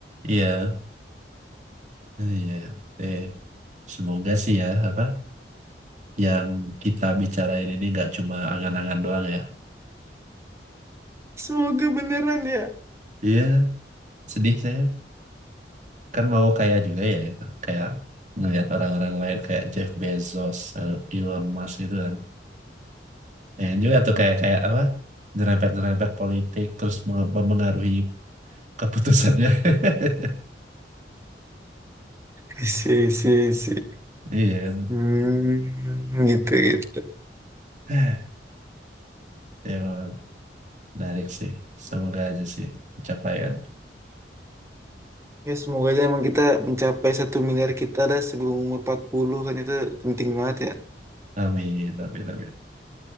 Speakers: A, on the right (about 40°); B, on the right (about 15°).
A: Iya, iya. iya. Eh, semoga sih ya apa yang kita bicarain ini nggak cuma angan-angan doang ya.
B: semoga beneran ya
A: Iya, sedih saya kan mau kaya juga ya itu. Kayak ngelihat orang-orang lain kayak Jeff Bezos, Elon Musk gitu kan. Ya juga
B: Hmm,
A: tuh kayak kayak apa nyerempet-nyerempet politik terus menge- mempengaruhi keputusannya. <laughs>
B: I see, I see, I see.
A: Iya kan.
B: Hmm, gitu gitu.
A: <sighs> Ya, menarik sih. Semoga aja sih pencapaian.
B: Ya semoga aja emang kita mencapai satu miliar kita dah sebelum umur 40 kan itu penting banget ya.
A: Amin, amin, amin.